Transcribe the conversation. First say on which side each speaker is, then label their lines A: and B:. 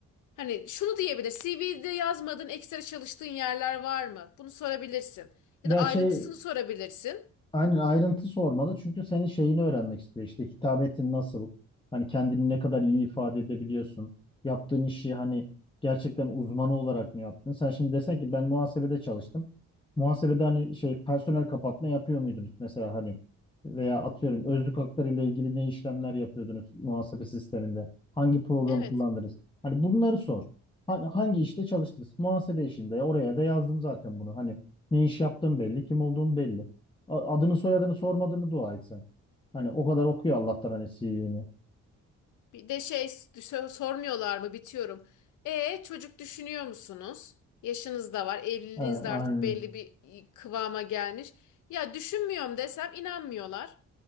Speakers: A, on the left (about 75°); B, on the left (about 15°).
A: Hani şunu diyebilir. CV'de yazmadığın ekstra çalıştığın yerler var mı? Bunu sorabilirsin.
B: Ya
A: Ya da ayrıntısını
B: şey
A: sorabilirsin.
B: Aynen ayrıntı sormalı çünkü senin şeyini öğrenmek istiyor. İşte hitabetin nasıl? Hani kendini ne kadar iyi ifade edebiliyorsun? Yaptığın işi hani gerçekten uzmanı olarak mı yaptın? Sen şimdi desen ki ben muhasebede çalıştım. Muhasebede hani şey personel kapatma yapıyor muydunuz mesela hani veya atıyorum özlük hakları ile ilgili ne işlemler yapıyordunuz muhasebe sisteminde? Hangi programı
A: Evet.
B: kullandınız? Hani bunları sor. Ha- Hangi işte çalıştınız? Muhasebe işinde oraya da yazdım zaten bunu. Hani ne iş yaptığım belli, kim olduğum belli. A- Adını soyadını sormadığını dua et sen. Hani o kadar okuyor Allah'tan hani CV'ni.
A: Bir de şey so- sormuyorlar mı bitiyorum. E çocuk düşünüyor musunuz? Yaşınız da var, evliliğiniz
B: Ha,
A: de
B: aynen.
A: artık belli bir kıvama gelmiş. Ya düşünmüyorum desem inanmıyorlar.